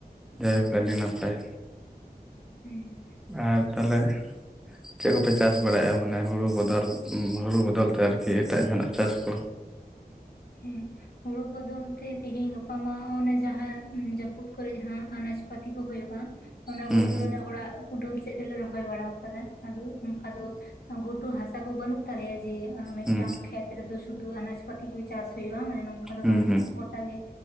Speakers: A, in the centre; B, on the left.
A: ᱡᱟᱭᱦᱳᱠ ᱟᱹᱰᱤ ᱱᱟᱯᱟᱼᱭ
B: ᱦᱮᱸ
A: ᱟᱨ ᱛᱟᱦᱞᱮ, ᱪᱮᱫ ᱠᱚᱯᱮ ᱪᱟᱥ ᱵᱟᱲᱟᱭᱮᱜᱼᱟ ᱢᱟᱹᱱᱮ ᱦᱩᱲᱩ ᱵᱚᱫᱚᱞ ᱦᱩᱲᱩ ᱵᱚᱫᱚᱞ ᱛᱮ ᱟᱨᱹᱠᱤ ᱮᱴᱟᱜ ᱡᱟᱦᱟᱸᱱᱟᱜ ᱪᱟᱥ ᱠᱚ
B: ᱦᱮᱸ ᱦᱩᱲᱩ ᱵᱚᱫᱚᱞ ᱛᱮ ᱛᱮᱦᱤᱧ ᱜᱟᱯᱟ ᱢᱟ ᱚᱱᱮ ᱡᱟᱦᱟᱸ ᱡᱟᱹᱯᱩᱫ ᱠᱚᱨᱮᱜ ᱡᱟᱦᱟᱸ ᱟᱱᱟᱡ ᱯᱟᱹᱛᱤ ᱠᱚ ᱦᱩᱭᱩᱜᱜᱼᱟ, ᱚᱱᱟ
A: ᱦᱩᱸ
B: ᱠᱚ ᱜᱮ
A: ᱦᱩᱸ
B: ᱢᱟᱱᱮ ᱚᱲᱟᱜ ᱠᱩᱰᱟᱹᱢ ᱥᱮᱫ ᱛᱮᱞᱮ ᱨᱚᱦᱚᱭ ᱵᱟᱲᱟ ᱠᱟᱫᱟᱹ ᱟᱼᱫᱚ ᱚᱱᱠᱟ ᱫᱚ ᱜᱷᱩᱴᱩ ᱦᱟᱥᱟᱹ ᱠᱚ ᱵᱟᱹᱱᱩᱜ ᱛᱟᱞᱮᱭᱟᱹ ᱡᱮ ᱢᱤᱫᱴᱟᱝ
A: ᱦᱩᱸ
B: ᱠᱷᱮᱛ ᱨᱮ ᱫᱚ ᱥᱩᱫᱩᱱᱟᱡ ᱯᱟᱹᱛᱤ ᱜᱮ ᱪᱟᱥ ᱦᱩᱭᱩᱜᱼᱟ ᱢᱟᱱᱮ ᱱᱚᱝᱠᱟ ᱫᱚ
A: ᱦᱩᱸ
B: ᱵᱟᱹᱱᱩᱜᱼᱟ
A: ᱦᱩᱸ
B: ᱜᱚᱴᱟ ᱜᱮ